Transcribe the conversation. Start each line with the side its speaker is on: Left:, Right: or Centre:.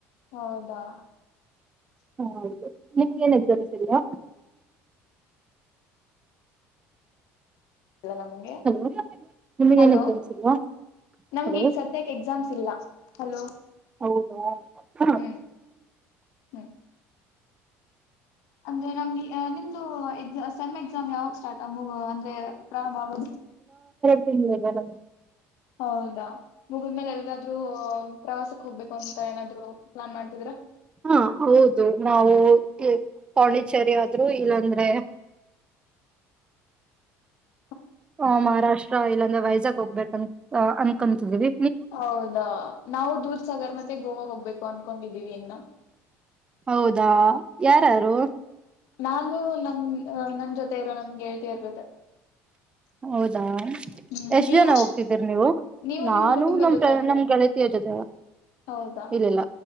Left: ಹೌದಾ
Right: ಹ ಹೌದು ನಿಮ್ಗೆ ಏನ್ ಎಕ್ಸಾಮ್ಸ್ ಇದಯಾ
Left: ನಮ್ಗೆ
Right: ಹಲೋ ನಿಮ್ಗೆ
Left: ಹಲೋ
Right: ಏನ್ ಎಕ್ಸಾಮ್ಸ್ ಇಲ್ಲ
Left: ನಮ್ಗೆ
Right: ಹಲೋ
Left: ಈಗ ಸದ್ಯಕ್ಕೆ ಎಕ್ಸಾಮ್ಸ್ ಇಲ್ಲ ಹಲೋ
Right: ಹೌದಾ ಹ
Left: ಹ್ಮ್ ಹ್ಮ್ ಅ ನಮ್ಗೆ ನಿಮ್ದು ಎಕ್ ಸೆಮ್ ಎಕ್ಸಾಮ್ ಯಾವಾಗ ಸ್ಟಾರ್ಟ್ ಮೂಗ ಅಂದ್ರೆ ಪ್ರಾರಂಭ ಆಗೋದು
Right: ತಿಂದಲ್ಲ
Left: ಹೌದಾ ಮುಗಿದ್ಮೇಲೆ ಎಲ್ಗಾದ್ ಪ್ರವಾಸಕ್ ಹೋಗ್ಬೇಕು ಅಂತ ಏನಾದ್ರು ನ್ನ್ ಮಾಡ್ತಿದ್ರಾ
Right: ಹಾ ಹೌದು ನಾವು ಪಾಂಡಿಚೇರಿ ಆದ್ರರು ಇಲ್ಲಾಂದ್ರೆ
Left: ಹ
Right: ಹ ಮಹಾರಾಷ್ಟ್ರ ಇಲ್ಲಾಂದ್ರೆ ವೈಜಾಗ್ ಹೋಗ್ಬೇಕ ಅನ್ಕಂತಿದೀವಿ
Left: ಹೌದಾ ನಾವು ದೂರ್ಸಾಗರ್ ಮತ್ತೆ ಗೋವಾ ಹೋಗ್ಬೇಕು ಅನ್ಕೊಂಡಿದ್ದೀವಿ ಇನ್ನ
Right: ಹೌದಾ ಯಾರಾರು
Left: ನಾನು ನಮ ನನ್ ಜೊತೆ ಇರೋ ನಮಗೆ ಹೇಳ್ತಯರ ಜೊತೆ
Right: ಹೌದಾ
Left: ಹ್ಮ್
Right: ಎಷ್ಟ್
Left: ನೀವು
Right: ಜನ ಹೋಗ್ತಿದ್ದೀರಿ ನೀವು
Left: ನೀವು
Right: ನಾನು
Left: ನಿಮ್ ಕುಟುಂಬದ
Right: ನಮ್
Left: ಜೊತೆ ಹೋಗ್ತೀರಾ
Right: ನಮ್ ಗೆಣತಿಯ ಜೊತೆವ
Left: ಹೌದಾ
Right: ಇಲ್ಲಿಲ್ಲ